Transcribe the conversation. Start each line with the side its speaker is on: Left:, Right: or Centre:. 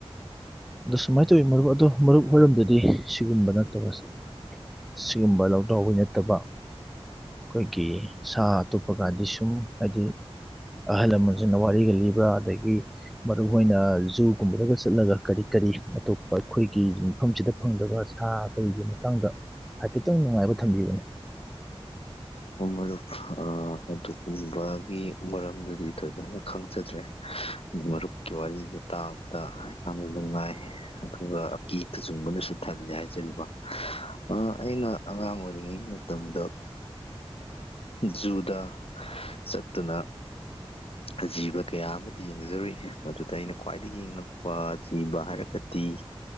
Centre: ꯑꯗꯣ ꯁꯨꯃꯥꯏꯅ ꯇꯧꯋꯤ ꯃꯔꯨꯞ ꯑꯗꯣ ꯃꯔꯨꯞ ꯍꯣꯏꯔꯣꯝꯗꯗꯤ ꯁꯤꯒꯨꯝꯕ ꯅꯠꯇꯕ ꯁ ꯁꯤꯒꯨꯝꯕ ꯂꯧꯗ꯭ꯔꯥꯎꯕꯤ ꯅꯠꯇꯕ ꯑꯩꯈꯣꯏꯒꯤ ꯁꯥ ꯑꯇꯣꯞꯄ ꯀꯥꯗꯤ ꯁꯨꯝ ꯍꯥꯏꯗꯤ ꯑꯍꯜ ꯂꯃꯟꯁꯤꯡꯅ ꯋꯥꯔꯤꯒ ꯂꯤꯕꯔ ꯑꯗꯒꯤ ꯍ ꯃꯔꯨꯞꯍꯣꯏꯅ ꯖꯨ ꯒꯨꯝꯕꯗꯒ ꯆꯠꯂꯒ ꯀꯔꯤ ꯀꯔꯤ ꯑꯇꯣꯞꯄ ꯑꯩꯈꯣꯏꯒꯤ ꯃꯐꯝꯁꯤꯗ ꯐꯪꯗꯕ ꯁꯥ ꯀꯩꯒꯤ ꯃꯇꯥꯡꯗ ꯍꯥꯏꯐꯦꯠꯇꯪ ꯅꯨꯡꯉꯥꯏꯕ ꯊꯝꯕꯤꯌꯨꯅꯦ
Left: ꯎꯝ ꯃꯔꯨꯞ ꯑ ꯑꯗꯨꯒꯨꯝꯕꯒꯤ ꯃꯔꯝꯗꯗꯤ ꯊꯣꯏꯗꯣꯛꯅ ꯈꯪꯖꯗ꯭ꯔꯦ ꯃꯔꯨꯞꯀꯤ ꯋꯥꯔꯤꯗꯨ ꯇꯥꯕꯗ ꯌꯥꯝꯅ ꯅꯨꯡꯉꯥꯏ ꯑꯗꯨꯒ ꯑꯀꯤ ꯇꯨꯖꯨꯡꯕꯅꯁꯨ ꯊꯜꯂꯦ ꯍꯥꯏꯖꯔꯤꯕ ꯑ ꯑꯩꯅ ꯑꯉꯥꯡ ꯑꯣꯏꯔꯤꯉꯩꯒꯤ ꯃꯇꯝꯗ ꯖꯨꯗ ꯆꯠꯇꯨꯅ ꯑ ꯖꯤꯕ ꯀꯌꯥ ꯑꯃꯗꯤ ꯌꯦꯡꯖꯔꯨꯏ ꯃꯗꯨꯗ ꯑꯩꯅ ꯈ꯭ꯋꯥꯏꯗꯒꯤ ꯉꯛꯄ ꯖꯤꯕ ꯍꯥꯏꯔꯒꯗꯤ ꯢ <unintelligible>